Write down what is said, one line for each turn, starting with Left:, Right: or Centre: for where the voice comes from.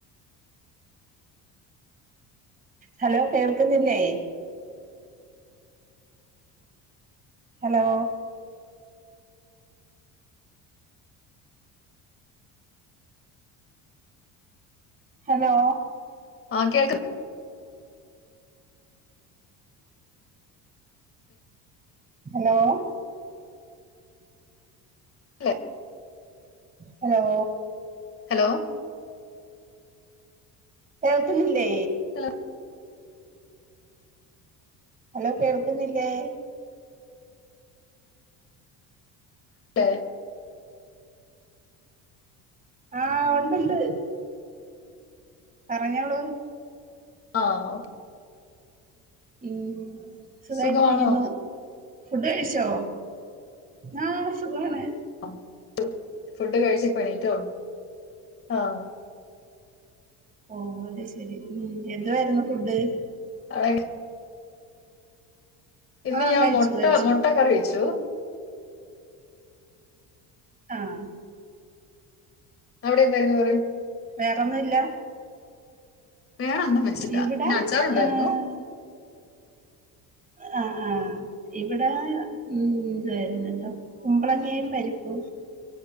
Right: ഹലോ കേൾക്ക്ന്നില്ലേ? ഹലോ ഹലോ
Left: ആഹ് കേൾക്ക
Right: ഹലോ
Left: അല്ലെ
Right: ഹലോ
Left: ഹലോ
Right: കേൾക്ക്ന്നില്ലേ
Left: ഹലൊ
Right: ഹലോ കേൾക്ക്ന്നില്ലേ
Left: ല്ലേ
Right: ആഹ് ഉണ്ടുണ്ട്. പറഞ്ഞോളൂ
Left: ആഹ് ഓ
Right: ഉം സുഖായിട്ടിരിക്കുന്നു.
Left: സുഖമാണോ
Right: ഫുഡ് കഴിച്ചോ? ആ സുഖവാണ്.
Left: ആഹ് <unintelligible> ഫുഡ് കഴിച്ച്കഴിഞ്ട്ടൊള്ളു ആഹ്
Right: ഓഹ് അത് ശരി ഉം എന്തുവായിരുന്നു ഫുഡ്?
Left: അതെങ്കി ഇന്ന്
Right: ആഹ്
Left: ഞാൻ
Right: കഴിച്ചു
Left: മൊട്ട
Right: കഴിച്ചു
Left: മൊട്ട കറി വെച്ചു
Right: ആഹ്
Left: അവിടെ എന്തായിരുന്നു കറി?
Right: വേറെ ഒന്നുല്ല
Left: വേറൊന്നും വെച്ചില്ല
Right: ഇവിടെ
Left: പിന്നെ അച്ചാറുണ്ടായിരുന്നു.
Right: ഏഹ് ആഹ് ആഹ് ഇവിടെ ഉം എന്തായിരുന്നല്ലോ കുമ്പളങ്ങെയും, പരിപ്പും